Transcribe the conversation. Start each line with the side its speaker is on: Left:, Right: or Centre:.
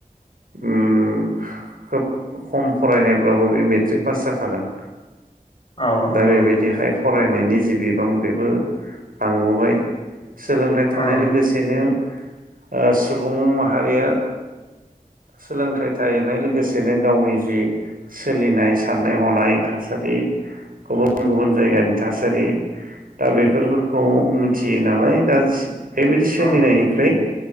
Right: उम खोब खम फरायनायब्लाबो बे मेट्रिक पास जाखागोन।
Left: औ नंगौ
Right: दा बेबायदिहाय
Left: नोंथां
Right: फरायनायनि जि बिबां बेबो बांबोबाय। सोलोंथाइ थानाय
Left: उम
Right: लोगोसेनो ओ सुबुं माहारिया सोलोंथाइ थाहैनाय लोगोसेनो गावनि जि सोलिनाय साननाय हनाय थासारि गुबुन गुबुन जायगानि थासारि दा बेफोरखौ मोनथियो नालाय दा बेबायदि सोलिनायनिफ्राय
Left: उम